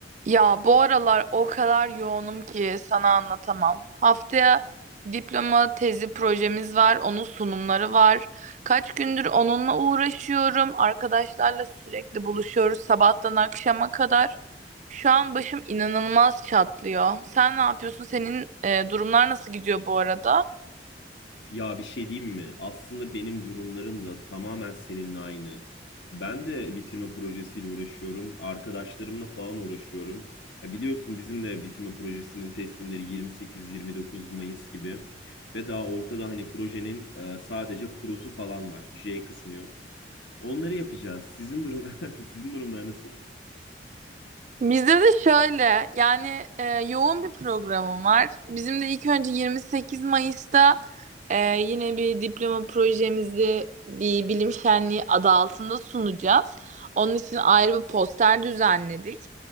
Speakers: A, on the right; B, on the left.
A: Ya bu aralar o kadar yoğunum ki sana anlatamam. Haftaya diploma tezi projemiz var, onun sunumları var. Kaç gündür onunla uğraşıyorum. Arkadaşlarla sürekli buluşuyoruz sabahtan akşama kadar. Şu an başım inanılmaz çatlıyor. Sen ne yapıyorsun? Senin e, durumlar nasıl gidiyor bu arada?
B: Ya bir şey diyeyim mi? Aslında benim durumlarım da tamamen seninle aynı. Ben de bitirme projesiyle uğraşıyorum. Arkadaşlarımla falan uğraşıyorum. Ya biliyorsun bizim de bitirme projesinin teslimleri 28-29 Mayıs gibi. Ve daha ortada hani projenin e, sadece prosu falan var. J kısmı yok. Onları yapacağız. Sizin durum <laughs> sizin durumlar nasıl?
A: Bizde de şöyle yani e, yoğun bir programım var. Bizim de ilk önce 28 Mayıs'ta e, yine bir diploma projemizi bir bilim şenliği adı altında sunacağız. Onun için ayrı bir poster düzenledik.